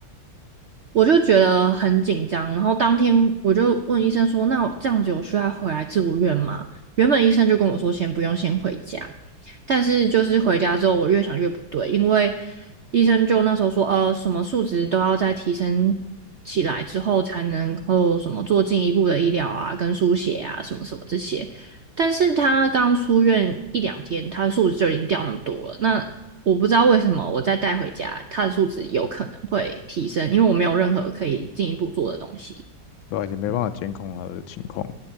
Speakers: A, on the right; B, on the left.
A: 我就觉得很紧张，然后当天我就问医生说：“那我这样子有需要回来住院吗？”原本医生就跟我说先不用，先回家。但是就是回家之后，我越想越不对，因为医生就那时候说：“呃，什么数值都要再提升起来之后，才能够什么做进一步的医疗啊，跟输血啊，什么什么这些。”但是他刚出院一两天，他的数值就已经掉那么多了，那我不知道为什么我再带回家，他的数值有可能会提升，因为我没有任何可以进一步做的东西。
B: 对啊，也没办法监控他的情况，